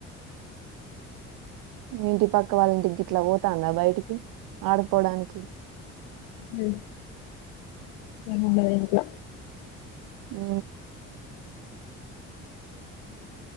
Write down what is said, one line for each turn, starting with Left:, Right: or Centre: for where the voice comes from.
Right: ఇంటి పక్క వాళ్ళంటికి ఇట్లా పోతాడా బయటికి ఆడుకోవడానికి
Left: అ ఇ ఉండదకు
Right: ఉ